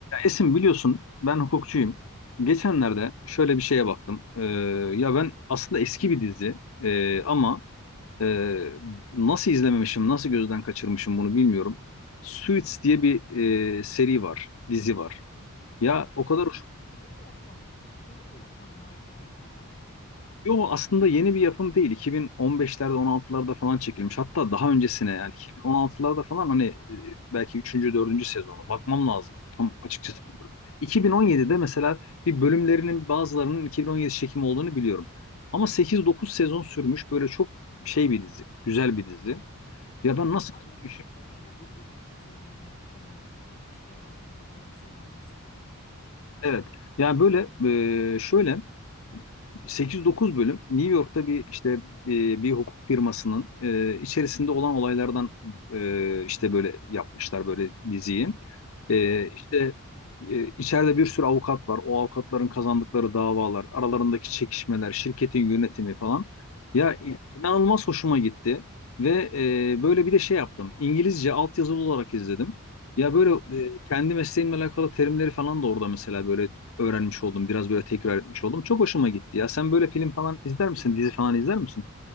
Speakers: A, on the left (about 65°); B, on the left (about 35°).
A: Esin biliyorsun ben hukukçuyum. Geçenlerde şöyle bir şeye baktım. Ee, ya ben aslında eski bir dizi ee, ama ee, nasıl izlememişim, nasıl gözden kaçırmışım bunu bilmiyorum. Suits diye bir ee, seri var, dizi var. Ya
B: Evet,
A: o kadar
B: yeni, yeni bir yapım. Yeni bir yapım mı e, Beytullah?
A: Yo aslında yeni bir yapım değil. 2015'lerde 16'larda falan çekilmiş. Hatta daha öncesine
B: Evet,
A: yani 2016'larda falan hani e, belki üçüncü dördüncü sezonu bakmam lazım. Tam açıkçası
B: evet.
A: bilmiyorum. 2017'de mesela bir bölümlerinin bazılarının 2017 çekimi olduğunu biliyorum. Ama sekiz dokuz sezon sürmüş böyle çok şey bir dizi. Güzel bir dizi. Ya ben
B: Evet,
A: nasıl
B: anladığım
A: kaçırmışım
B: kadarıyla hukuk üzerine e, e, işleyen bir e, senaryosu var.
A: Evet. Yani böyle e, şöyle sekiz dokuz bölüm New York'ta bir işte e, bir hukuk firmasının e, içerisinde olan olaylardan e, işte böyle yapmışlar böyle diziyi. E,
B: Evet,
A: işte e, içeride bir sürü avukat var. O avukatların kazandıkları davalar, aralarındaki çekişmeler, şirketin yönetimi falan. Ya
B: evet.
A: in- inanılmaz hoşuma gitti ve e, böyle bir de şey yaptım. İngilizce altyazılı olarak izledim. Ya böyle
B: <laughs>
A: e, kendi mesleğimle alakalı terimleri falan da orada mesela böyle öğrenmiş oldum. Biraz böyle tekrar etmiş oldum. Çok hoşuma gitti ya. Sen böyle film falan izler misin? Dizi falan izler misin?